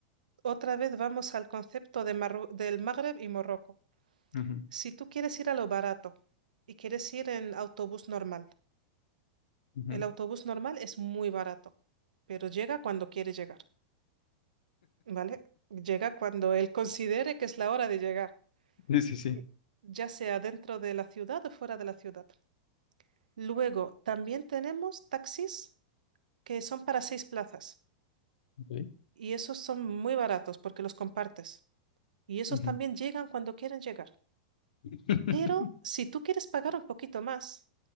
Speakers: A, on the right; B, on the left.
A: Otra vez vamos al concepto de Marru- del Magreb y Morroco.
B: Ujú,
A: Si tú quieres ir a lo barato y quieres ir en autobús normal,
B: ujú.
A: el autobús normal es muy barato, pero llega cuando quiere llegar, ¿vale? Llega cuando él considere que es la hora de llegar,
B: Sí, sí, sí.
A: y- ya sea dentro de la ciudad o fuera de la ciudad. Luego, también tenemos taxis que son para seis plazas.
B: Ok,
A: Y esos son muy baratos porque los compartes. Y esos
B: Ujú.
A: también llegan cuando quieren llegar.
B: <laughs>
A: Pero si tú quieres pagar un poquito más,